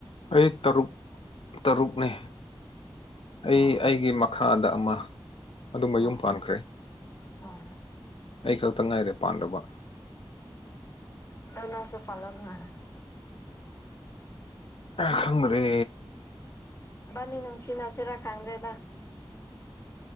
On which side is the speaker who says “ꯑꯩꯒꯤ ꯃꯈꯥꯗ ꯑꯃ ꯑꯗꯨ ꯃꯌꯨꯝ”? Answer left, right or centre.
Left